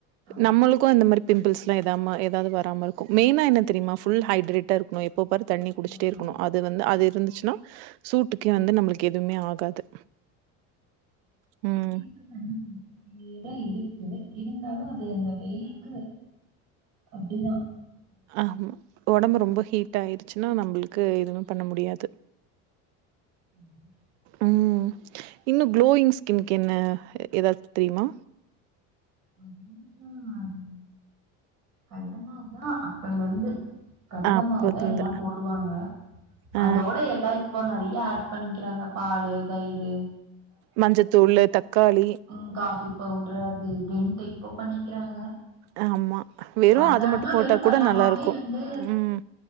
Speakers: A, on the right; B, on the right.
A: ஆமா.
B: நம்மளுக்கு அந்த மாரி பிம்பள்ஸ்லா எதாம எதாவ்து வராம இருக்கூ மெயினா என்ன தெரியுமா ஃபுல் ஹைய்ட்ரேட் டா இருக்குணு எப்போ பாரு தண்ணி குடிச்சிட்டே
A: ம்.
B: இருக்குணு அது வந்து அது இருந்துச்சுன்னா சூட்டுக்கே வந்து நம்மளுக்கு எதுமே ஆகாது ம்
A: ம் தண்ணி குடிச்சுட்டே தா இருக்கு இருந்தாலு அது அந்த வெயில்க்கு அப்டிதா
B: ஆமா ஒடம்பு ரொம்ப ஹீட் ஆயிருச்சுன்னா நம்பளுக்கு எதுமே பண்ண முடியாது
A: ம்
B: ம் இன்னும் க்ளோயிங் ஸ்கின்கு என்ன ஏதாச்சு தெரியுமா
A: <unintelligible> அது கல்லமாவு தா அப்பய்ல இருந்து கடலமாவு
B: அப்போதுந்த
A: தா எல்லாம் போடுவாங்க
B: ஆ
A: அதோட எல்லா இப் ப்ப நறைய ஆட் பண்ணிக்கிறாங்க பாலு தயிரு
B: மஞ்சத்தூளு தக்காளி
A: ம் காஃபி பவுட்ரு அது இதுண்டு இப்போ பண்ணிக்கிறாங்க
B: ஆமா வெறு
A: சாதாரனமா
B: அது மட்டு போட்டா
A: வெறு கல்லமாவே
B: கூட நல்லாருக்கு
A: வந்து
B: ம்